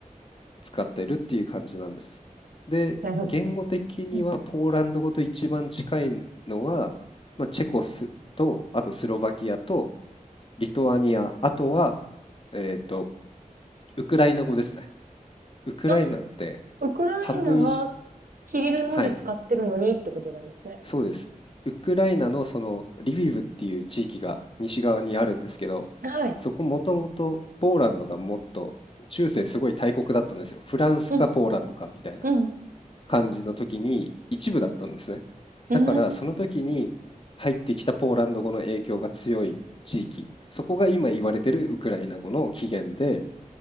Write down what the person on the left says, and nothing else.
使っているっていう感じなんです。で、
言語的にはポーランド語と一番近いのは、
まあ、チェコスと、あとスロバキアとリトアニア、あとは、えーとウクライナ語ですね。ウクライナって
半分以上、
はい、そうです。ウクライナのそのリビウっていう地域が西側にあるんですけど、
そこもともとポーランドがもっと中世すごい大国だったんですよ。フランスかポーランドかみたいな
感じの時に一部だったんですね。
だからその時に入ってきたポーランド語の影響が強い地域、そこが今言われてるウクライナ語の起源で、